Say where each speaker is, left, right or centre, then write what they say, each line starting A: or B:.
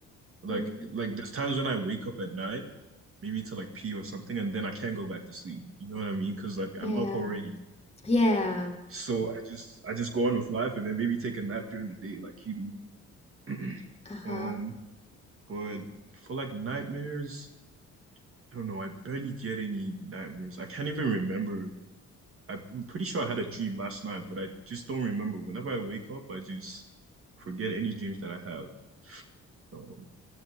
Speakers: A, on the right; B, on the left.
A: Like
B: hmm
A: like there's times when I wake up at night, maybe to like pee or something, and then I can't go back to sleep. You know what I mean? Because like
B: Yeah.
A: I'm up already,
B: Yeah.
A: so I just I just go on with life and then maybe take a nap during the day, like you do. <clears throat>
B: Uh-huh.
A: Um, but for like nightmares, I don't know. I barely get any nightmares. I can't even remember. I'm pretty sure I had a dream last night, but I just don't remember. Whenever I wake up, I just forget any dreams that I have. So